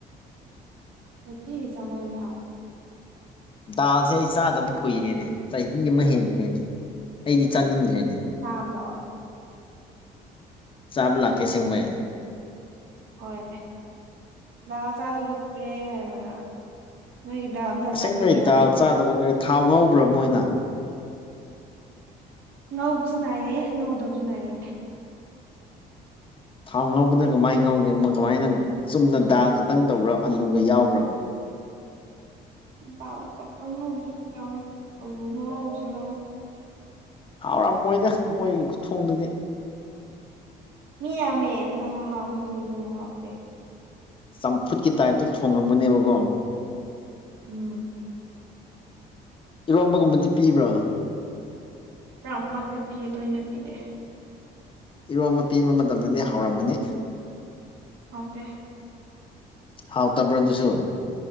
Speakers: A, on the right; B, on the left.
A: <unintelligible>
B: ꯗꯥꯜꯁꯦ ꯑꯩ ꯆꯥꯗꯕ ꯀꯨꯏꯔꯦꯅꯦ ꯆꯍꯤ ꯑꯃ ꯍꯦꯟꯈ꯭ꯔꯦꯅꯦ ꯑꯩꯗꯤ ꯆꯥꯅꯤꯡꯈ꯭ꯔꯦꯅꯦ
A: ꯇꯥꯕ ꯂꯥꯛꯑꯣ꯫
B: ꯆꯥꯕ ꯂꯥꯛꯀꯦ ꯁ‌ꯦꯡꯕꯩ
A: ꯍꯣꯏ ꯜ ꯆꯥꯗꯕ ꯀꯨꯔꯦ ꯍꯥꯏꯔꯒ ꯅꯣꯏꯒꯤꯗ ꯑꯝꯇ
B: ꯑꯁꯦꯡꯕꯩ
A: ꯆꯥꯖꯒꯦ ꯍꯥꯏꯔꯑꯣ
B: <unintelligible> ꯊꯥꯎ ꯉꯧꯕ꯭ꯔꯥ ꯃꯣꯏꯅ
A: ꯉꯧꯕꯁꯨ ꯅꯥꯏꯌꯦꯦ ꯉꯧꯗꯕꯁꯨ ꯏꯌꯦ
B: ꯊꯥꯎ ꯉꯧꯕꯗꯣ ꯀꯃꯥꯏꯅ ꯉꯧꯒꯦ ꯀꯃꯥꯏꯅ ꯆꯨꯝꯅ ꯗꯥꯜ ꯈꯛꯇꯪ ꯇꯧꯕ꯭ꯔꯥ ꯑꯂꯨꯒ ꯌꯥꯎꯕ꯭ꯔꯥ
A: ꯗꯜ ꯈꯛꯇꯪ ꯎꯖ <unintelligible> ꯑꯜꯨꯒꯅ ꯎꯖꯔ <unintelligible>
B: ꯍꯥꯎꯔꯝꯃꯣꯏꯗ ꯃꯣꯏꯒꯤ ꯈꯨꯊꯣꯡꯗꯨꯗꯤ꯫
A: ꯃꯤ ꯌꯥꯝꯃꯦ ꯀꯅꯥꯅ ꯍꯥꯎꯅ ꯊꯣꯡꯗꯣꯏꯅꯣ ꯍꯥꯎꯇꯦ꯫
B: ꯆꯝꯐꯨꯠꯀꯤ ꯇꯥꯏꯞꯇ ꯊꯣꯡꯉꯝꯒꯅꯦꯕꯀꯣ
A: ꯎꯝ
B: ꯏꯔꯣꯝꯕꯒꯨꯝꯕꯗꯤ ꯄꯤꯕ꯭ꯔꯣ?
A: ꯄꯨꯔꯥꯃꯛꯇꯤ ꯄꯤꯌꯦ ꯇꯣꯏꯅ ꯄꯤꯗꯦ꯫
B: ꯏꯔꯣꯝꯕ ꯄꯤꯕ ꯃꯇꯝꯗꯗꯤ ꯍꯥꯎꯔꯝꯒꯅꯤ?
A: ꯍꯗ
B: ꯍꯥꯎꯇꯕ꯭ꯔꯥ ꯑꯗꯨꯁꯨ꯫